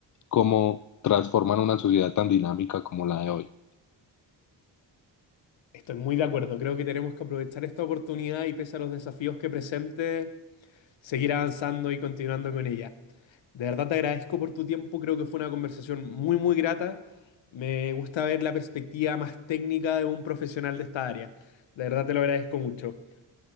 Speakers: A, on the left; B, on the left.
A: cómo transforman una sociedad tan dinámica como la de hoy.
B: Estoy muy de acuerdo. Creo que tenemos que aprovechar esta oportunidad y pese a los desafíos que presente, seguir avanzando y continuando con ella. De verdad te agradezco por tu tiempo, creo que fue una conversación muy, muy grata. Me gusta ver la perspectiva más técnica de un profesional de esta área. De verdad te lo agradezco mucho.